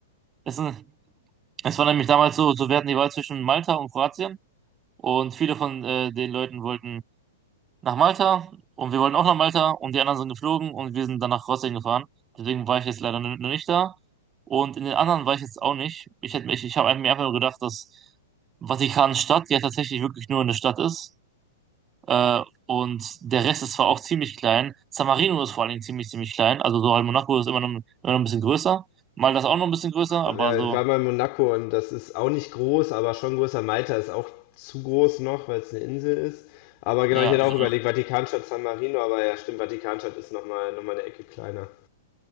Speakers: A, on the right (about 25°); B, on the left (about 45°).
A: Es, es war nämlich damals so, so wir hatten die Wahl zwischen Malta und Kroatien und viele von äh, den Leuten wollten nach Malta und wir wollten auch nach Malta und die anderen sind geflogen und wir sind dann nach Kroatien gefahren. Deswegen war ich jetzt leider n- noch nicht da und in den anderen war ich jetzt auch nicht. Ich hätte mich, ich habe mir einfach nur gedacht, dass Vatikanstadt ja tatsächlich wirklich nur eine Stadt ist. Äh, und der Rest ist zwar auch ziemlich klein. San Marino ist vor allen Dingen ziemlich, ziemlich klein. Also so halt Monaco ist immer noch, immer noch ein bisschen größer. Malta ist auch noch ein bisschen größer, aber
B: Ja,
A: so,
B: ich war mal in Monaco und das ist auch nicht groß, aber schon größer. Malta ist auch zu groß noch, weil es eine Insel ist. Aber genau,
A: ja,
B: ich hätte
A: genau.
B: auch überlegt, Vatikanstadt, San Marino, aber ja, stimmt, Vatikanstadt ist nochmal noch mal eine Ecke kleiner.